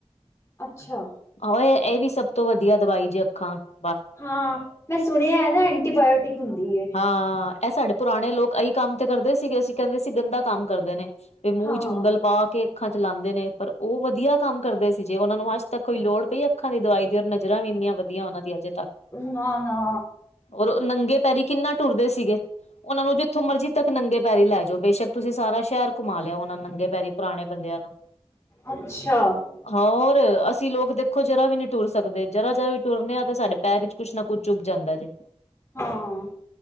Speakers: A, on the left (about 25°); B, on the left (about 75°).
A: ਅੱਛਾ।
B: ਆਹੋ ਇਹ ਇਹ ਵੀ ਸਭ ਤੋਂ ਵਧੀਆ ਦਵਾਈ ਜੇ ਅੱਖਾਂ ਦੀ।
A: ਹਾਂ ਮੈਂ ਸੁਣਿਆ ਨਾ ਐਂਟੀਬਾਇਓਟਿਕ ਹੁੰਦੀ ਏ।
B: ਹਾਂ ਇਹ ਸਾਡੇ ਪੁਰਾਣੇ ਲੋਕ ਇਹੀ ਕੰਮ ਤੇ ਕਰਦੇ ਸੀਗੇ, ਅਸੀਂ ਕਹਿੰਦੇ ਸੀ ਗੰਦਾ ਕੰਮ ਕਰਦੇ ਨੇ। ਤੇ ਮੂੰਹ
A: ਹਾਂ,
B: ਚ ਉਂਗਲ ਪਾ ਕੇ। ਅੱਖਾਂ ਚ ਲਾਉਂਦੇ ਨੇ ਪਰ ਉਹ ਵਧੀਆ ਕੰਮ ਕਰਦੇ ਸੀ, ਜੇ ਉਹਨਾਂ ਨੂੰ ਅੱਜ ਤੱਕ ਕੋਈ ਲੋੜ ਪਈ ਅੱਖਾਂ ਦੀ ਦਵਾਈ ਦੀ ਉਹ ਨੂੰ। ਨਜਰਾਂ ਵੀ ਇੰਨੀਆਂ ਵਧੀਆ ਉਹਨਾਂ ਦੀ ਅਜੇ ਤੱਕ
A: ਨਾ-ਨਾ,
B: ਉਦੋਂ ਨੰਗੇ ਪੈਰ। ਪੈਰੀ ਕਿੰਨਾ ਟੁਰਦੇ ਸੀਗੇ। ਉਹਨਾਂ ਨੂੰ ਜਿੱਥੋਂ ਮਰਜ਼ੀ ਤੱਕ ਨੰਗੇ ਪੈਰੀ ਲੈ ਜਾਓ, ਬੇਸ਼ੱਕ ਤੁਸੀਂ ਸਾਰਾ ਸ਼ਹਿਰ ਘੁਮਾ ਲਿਆ ਉਹਨਾਂ ਨੂੰ। ਨੰਗੇ ਪੈਰੀ ਪੁਰਾਣੇ ਬੰਦਿਆਂ ਨੂੰ।
A: ਅੱਛਾ,
B: ਹਾਂ ਹੋਰ ਅਸੀਂ ਲੋਕ ਦੇਖੋ ਜਰਾ ਵੀ ਨਹੀਂ, ਟੁਰ ਸਕਦੇ ਜਰਾ ਜਰਾ ਵੀ ਟੁਰਨੇ ਹਾਂ ਤੇ ਸਾਡੇ ਪੈਰ ਵਿੱਚ। ਕੁਛ ਨਾ ਕੁੱਛ ਚੁੱਭ ਜਾਂਦਾ ਜੇ।
A: ਹਾਂ